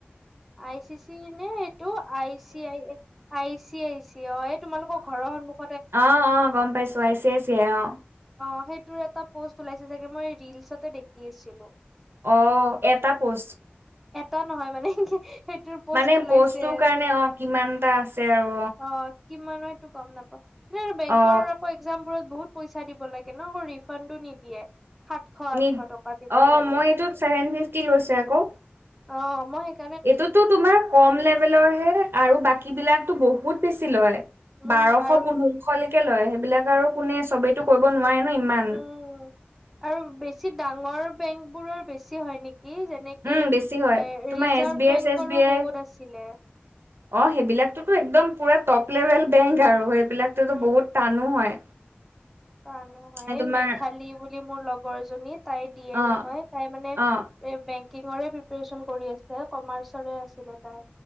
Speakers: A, in the centre; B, on the right.
A: আই চি চি নে এইটো আই চি আই। আইছি আইছি অঁ এই তোমালোকৰ ঘৰৰ সন্মুখ
B: অঁ অঁ গম পাইছো আচিই আই চি অঁ
A: অ সেইটোৰ এটা পোষ্ট ওলাইছে চাগে মই ৰিলচতে দেখি আছিলো
B: অ এটা পোষ্ট
A: এটা নহয় মানে সেইটোৰ পোষ্ট
B: মানে
A: ওলাইছে
B: প'ষ্টটোৰ
A: আৰু
B: কাৰণে অ কিমানটা আছে আৰু
A: অ কিমান হয় এইটো গম নাপাওঁ এনে আৰু বেংকৰ
B: অ
A: আকৌ একজামবোৰত বহুত পইচা দিব লাগে ন ৰিফাণ্ডো নিদিয়ে সাতশ আঠশ
B: নি
A: টকা দিব
B: অ
A: লাগে
B: মই এইটোত ছেভেন ফিফটি লৈছে আকৌ
A: অ মই সেই
B: এইটোতো তোমাৰ কম লেভেলৰ হে আৰু বাকী বিলাকতো বহুত বেছি লয়
A: উম
B: বাৰশ
A: আৰু
B: পোন্ধৰ শ লৈকে লয় সেইবিলাক আৰু কোনে চবেই তো কৰিব নোৱাৰে ন ইমান
A: উম আৰু বেছি ডাঙৰ বেংক বোৰৰ বেছি হয় নেকি এনেকে
B: উম বেছি হয়
A: এ
B: তোমাৰ
A: ৰিজাৰ্ভ
B: এছ বি আই
A: বেংকৰো
B: চেছ বি আই
A: বহুত আছিলে
B: অ সেইবিলাকতো একদম পুৰা টপ লেভেল বেংক আৰু সেইবিলাকতো
A: উম
B: বহুত টানো হয়
A: টানো হয়
B: এ
A: এই
B: তোমাৰ
A: মেঘালী বুলি মোৰ লগৰ এজনী তাই দিয়ে
B: অ
A: নহয় তাই মানে
B: অ
A: এ বেংকিংৰে প্ৰিপাৰেচন কৰি আছে কমাৰ্চৰে আছিলে তাই